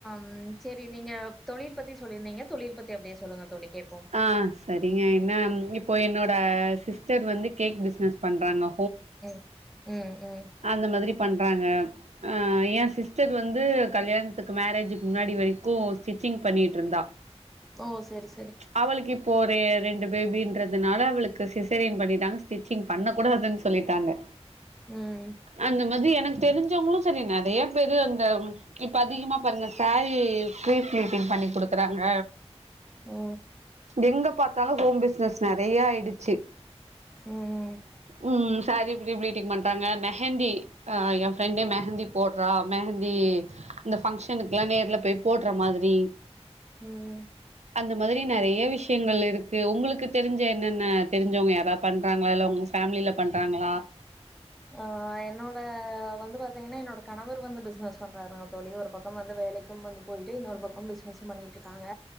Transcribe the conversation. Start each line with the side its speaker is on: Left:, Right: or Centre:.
Centre: ம் செரி நீங்க தொழில் பத்தி சொல்லியிருந்தீங்க தொழில் பத்தி அப்டியே சொல்லுங்க தோழி கேட்போம்
Right: ஆ சரிங்க என்ன இப்போ என்னோட சிஸ்டர் வந்து கேக் பிஸ்னஸ் பண்றாங்கோ
Centre: ம் ம் ம்
Right: ஆ இந்த மாதிரி பண்றாங்க ஆ ஏன் சிஸ்டர் வந்து கல்யாணத்துக்கு மேரேஜுக்கு முன்னாடி வரைக்கு ஸ்டிச்சிங் பண்ணிட்டுருந்தா
Centre: ஓ செரி
Right: அவளுக்கு இப் போதே ரெண்டு பேபின்றதுனால அவளுக்கு சிசேரியன் பண்ணிட்டாங்க ஸ்டிச்சிங் பண்ணக்கூடாதுன்னு சொல்லிட்டாங்க
Centre: ம்
Right: அந்த மாதிரி எனக்கு தெரிஞ்சவங்களு சரி நறையா பேரு அந்த இப்ப அதிகமா பாருங்க சாரி ஃப்ரீ ப்ளீட்டிங் பண்ணி குடுக்குறாங்க
Centre: ஓ
Right: எங்க பாத்தாலு ஹோம் பிஸ்னஸ் நெறையா ஆயிடுச்சி
Centre: ம்
Right: உம் சேரி ஃப்ரீ ப்ளீட்டிங் பண்றாங்க மெஹந்தி ஆ என் ஃப்ரெண்டே
Centre: ம்
Right: மெஹந்தி போடுறா மெஹந்தி இந்த ஃபங்க்ஷனுக்குலா நேர்ல போய் போடுற மாதிரி
Centre: ம்
Right: இந்த மாதிரி நெறையா விஷ்யங்கள் இருக்கு உங்களுக்கு தெரிஞ்ச என்னென்ன தெரிஞ்சவங்க யாராப் பண்றாங்களா இல்ல உங் ஃபேமிலில பண்றாங்களா
Centre: ஆ என்னோட வந்து பாத்தீங்கன்னா என்னோட கணவர் வந்து பிசினஸ் பண்றாருங்க தோழி ஒரு பக்கம் வந்து வேலைக்கும் வந்து போயிட்டு இன்னொரு பக்கம் பிசினஸும் பண்ணிட்டுருக்காங்க